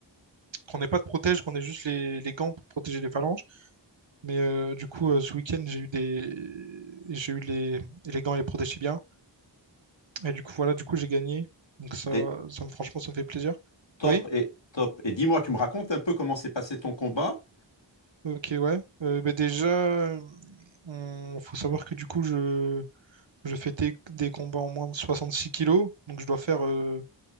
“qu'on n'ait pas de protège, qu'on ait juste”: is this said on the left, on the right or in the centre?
Right